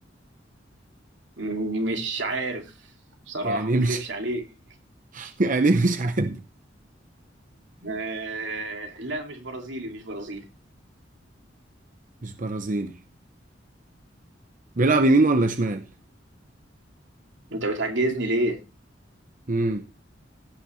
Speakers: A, on the right (about 85°); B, on the right (about 45°).
A: م- مش عارف بصراحة
B: يعني
A: ما
B: إيه
A: اكدبش
B: مش
A: عليك
B: <laughs> يعني إيه مش عارف
A: آه لا مش برازيلي مش برازيلي
B: مش برازيلي بيلعب يمين ولا شمال
A: انت بتعجزني ليه
B: امم